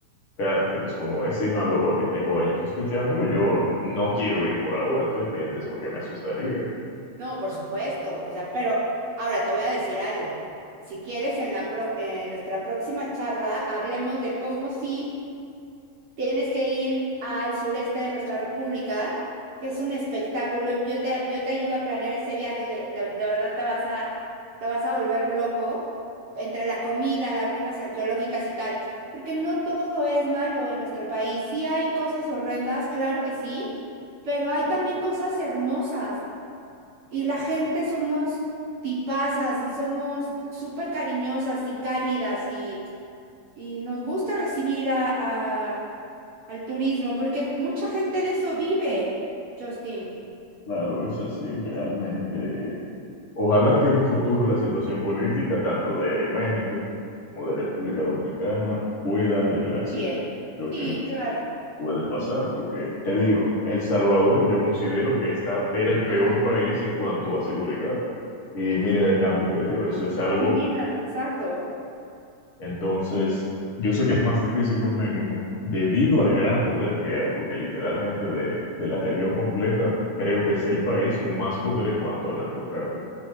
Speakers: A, on the left (about 55°); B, on the right (about 60°).
A: cárteles como es Sinaloa, que tengo años escuchándolo, yo no quiero ir por ahora, ¿tú entiendes? Porque me asustaría.
B: No, por supuesto. O sea, pero ahora te voy a decir algo. Si quieres, en la pro- en nuestra próxima charla hablemos de cómo sí tienes que ir al sureste de nuestra república, que es un espectáculo. Yo te, yo te ayudo a planear ese viaje, que te- de verdad te vas a, te vas a volver loco entre la comida, las ruinas arqueológicas y tal, porque no todo es malo en nuestro país. Sí hay cosas horrendas, claro que sí, pero hay también cosas hermosas y la gente somos tipazas y somos súper cariñosas y cálidas y, y nos gusta recibir a, a- al turismo, porque mucha gente de eso vive, Justin.
A: Claro, es así, realmente. Ojalá que en un futuro la situación política, tanto de México como de República Dominicana, pueda arreglarse.
B: Bien.
A: Yo creo
B: Sí,
A: que
B: claro.
A: puede pasar, porque te digo, El Salvador yo considero que está, era el peor país en cuanto a seguridad. Y miren el cambio que dio, eso es algo,
B: Y míralo, exacto.
A: entonces, yo sé que es más difícil con México debido al gran poder que hay, porque literalmente de, de la región completa creo que es el país con más poder en cuanto al narcotráfico,